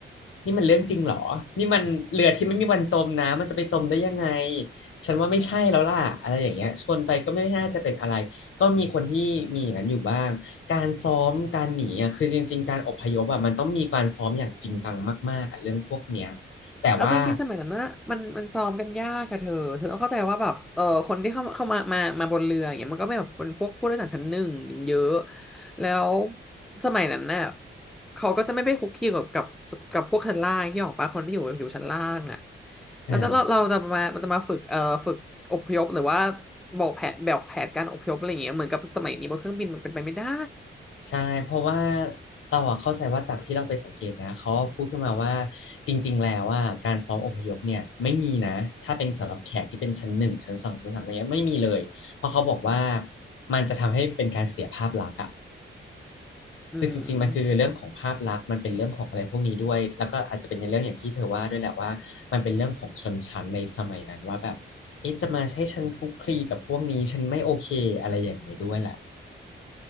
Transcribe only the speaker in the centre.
เอาจริงๆสมัยนั้นนะมันมันซ้อมกันยากอะเธอเธอต้องเข้าใจว่าแบบเออคนที่เข้ามาเข้ามามามาบนเรืออย่างเงี้ยมันก็ไม่แบบเป็นพวกผู้โดยสารชั้นหนึ่งกันเยอะแล้วสมัยนั้นน่ะเขาก็จะไม่ไปคุกคีกับกับกับพวกชั้นล่างที่ออกปะคนที่อยู่อยู่ชั้นล่างอะ
แล้วจะเราเราจะมามันจะมาฝึกเอ่อฝึกอพยพหรือว่าบอกแผนแบบแผนการอพยพอะไรอย่างเงี้ยเหมือนกับสมัยนี้บนเครื่องบินมันเป็นไปไม่ได้
อืม